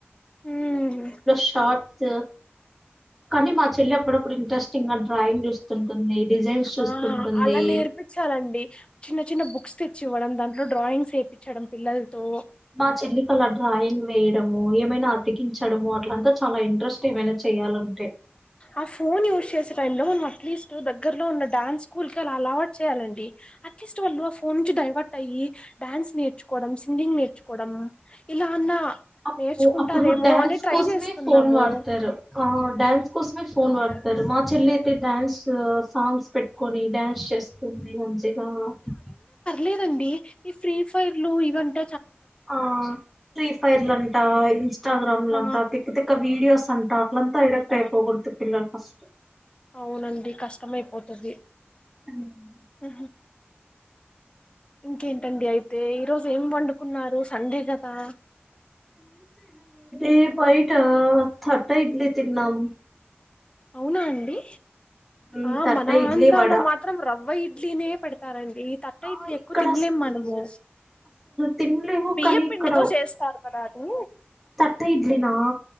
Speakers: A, on the left; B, in the centre.
A: ఉమ్.
B: షట్ స కానీ మా చెల్ె అప్పుడప్పుడు ఇంట్రెస్ ఇంకా డ్రాయింగ్ చూస్తుంటుంది డిజైన్స్ చూస్తుంటుంది
A: ఆ అలా నేర్పించాలండి చిన్న చిన్న బుక్స్ తెచ్చి ఇవ్వడం దాంట్లో డ్రాయింగ్స్ వేయించడం పిల్లలతో
B: మా చెల్లికల డ్రాయింగ్ వేయడము ఏమైనా అతికిించడము అట్లంతా చాలా ఇంట్రెస్ట్ ఏమైనా చేయాలంటే
A: ఆ ఫోన్ యూజ్ చేసే టై లో మనం అట్లీస్ట్ దగ్గరలో ఉన్న డాన్స్ స్కూల్ కి అలా అలవాటు చేయాలండి అట్లీస్ట్ వాళ్ళు ఆ ఫోన్ కి డైవర్ట్ అయ్యి డ్యాన్స్ నేర్చుకోవడం సింగింగ్ నేర్చుకోవడం ఇలా అన్నా
B: అప్పు
A: నేర్చుకుంటారేమో
B: అప్పుడు డ్యాన్స్
A: అని ట్రై
B: కోసమే
A: చేస్తున్నాము
B: ఫోన్ వాడతారు ఆ డ్యాన్ కోసమే ఫోన్
A: అదే
B: వాడతారు
A: అదే
B: మా చెల్లి <unintelligible> డ్యాన్స్ సాంగ్స్ పెట్టుకొని డ్యాన్స్ చేస్ <unintelligible>
A: లేదండి ఈ ఫ్రీ ఫైర్ లు ఇవంట
B: ఆ ఫ్రీ ఫైర్లు అంట ఇన్స్టాగ్రామ్ లంట
A: ఆ
B: తిక్కతిక్క వీడియోస్ అంట అట్లంతా
A: అంట
B: అడక్ట్ అయిపోకూడదు పిల్లలు ఫస్ట్
A: అవునండి కష్టమైపోతది
B: హ్మ్.
A: ఆ ఇంకేంటండి అయితే ఈ రోజు ఏం వండుకున్నారు సండే కదా
B: ఇ బైట తట్ట ఇడ్లి తిన్నాం
A: అవునా అండి
B: హ్మ్.
A: ఆ
B: తట్ట
A: మన
B: ఇడ్లీ,
A: ఆంధ్రా
B: వడ.
A: లో మాత్రం రవ్వయి డ్లీనే పెడతారం ఈ తట్టా
B: ఆ
A: ఇడ్లీ
B: ఇక్కడ
A: ఎక్కువ తినలేం మనము
B: తిన్లివు
A: బియ్య
B: కనీక్కడ
A: పిండితో చేస్తారు కదా అది
B: తట్ట ఇద్లీ నా